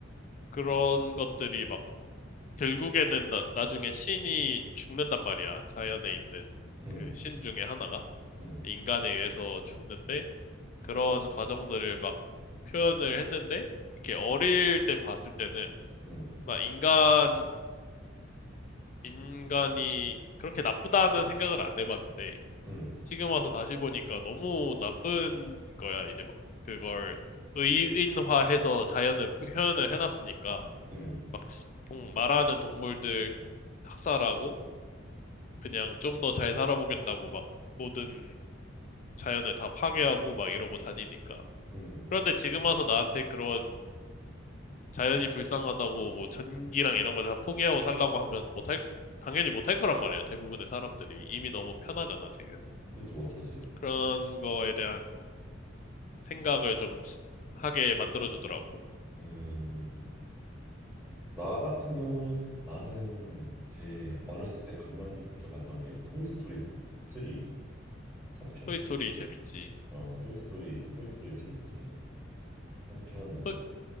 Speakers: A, on the left; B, in the centre.
A: 그런 것들이 막 결국에는 나, 나중에 신이 죽는단 말이야. 자연에 있는
B: 응,
A: 그 신 중에 하나가
B: 응,
A: 인간에 의해서 죽는데 그런 과정들을 막 표현을 했는데 이렇게 어릴 때 봤을 때는
B: 응,
A: 막 인간 인간이 그렇게 나쁘다는 생각을 안 해봤는데
B: 응,
A: 지금 와서 다시 보니까 너무 나쁜 거야. 이제 막 그걸 의인화해서 자연을 표현을 해놨으니까.
B: 응,
A: 막 동- 말하는 동물들 학살하고 그냥 좀 더 잘 살아보겠다고 막 모든 자연을 다 파괴하고 막 이러고 다니니까.
B: 응,
A: 그런데 지금 와서 나한테 그런 자연이 불쌍하다고 뭐 전기랑 이런 걸 다 포기하고 살라고 하면 못할, 당연히 못할 거란 말이야. 대부분의 사람들이. 이미 너무 편하잖아, 지금.
B: 그지 못하지.
A: 그런 거에 대한 생각을 좀 시- 하게 만들어주더라고.
B: 음, 나 같은 경우는 나는 제 어렸을 때 감명 깊게 봤던 게 토이스토리 3, 삼편
A: 토이스토리 재밌지.
B: 어, 토이스토리, 토이스토리 재밌지. 3편,
A: 토-